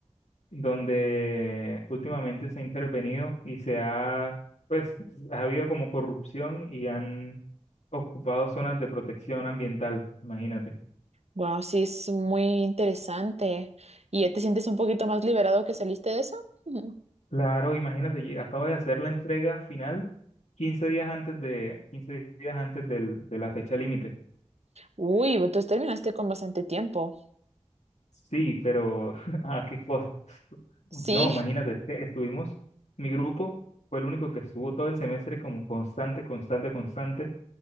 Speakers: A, on the left (about 70°); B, on the right (about 65°).
A: donde últimamente se ha intervenido y se ha, pues, ha habido como corrupción y han ocupado zonas de protección ambiental, imagínate.
B: Wow, sí, es muy interesante. ¿Y ya te sientes un poquito más liberado que saliste de eso? Ujú.
A: Claro, imagínate, y acabo de hacer la entrega final quince días antes de, 15 días antes del- de la fecha límite.
B: Uy, entonces terminaste con bastante tiempo.
A: Sí, pero <laughs> ¿a qué costo?
B: Sí.
A: No, imagínate, es que estuvimos, mi grupo fue el único que estuvo todo el semestre como constante, constante, constante,